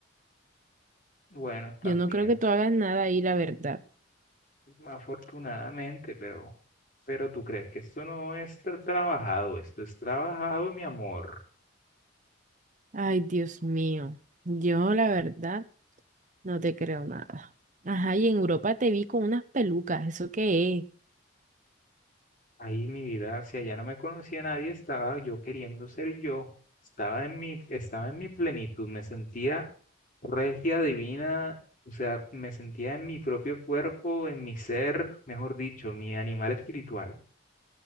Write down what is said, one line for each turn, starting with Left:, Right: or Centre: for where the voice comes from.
Left: Bueno, también.
Right: Yo no creo que tú hagas nada ahí, la verdad.
Left: Afortunadamente, pero, pero tú crees que esto no es tra- trabajado, esto es trabajado, mi amor.
Right: Ay, Dios mío, yo la verdad no te creo nada. Ajá, y en Europa te vi con unas pelucas, ¿eso qué es?
Left: Ahí mi vida, si allá no me conocía nadie, estaba yo queriendo ser yo, estaba en mi, estaba en mi plenitud, me sentía regia, divina, o sea, me sentía en mi propio cuerpo, en mi ser, mejor dicho, mi animal espiritual.